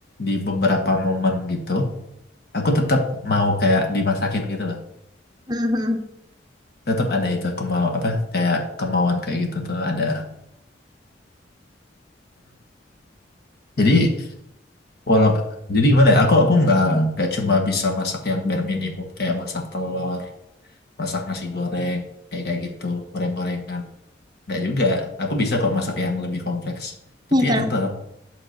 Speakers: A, on the left; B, on the right.
A: di beberapa momen gitu. aku tetap mau kayak dimasakin gitu loh
B: Mhm.
A: tetap ada itu kemau apa kayak kemauan kayak gitu tuh ada jadi walau jadi gimana ya aku aku nggak nggak cuma bisa masak yang bare minimum kayak masak telur masak nasi goreng kayak kayak gitu goreng-gorengan nggak juga aku bisa kok masak yang lebih kompleks tapi
B: ya karena
A: ya tetap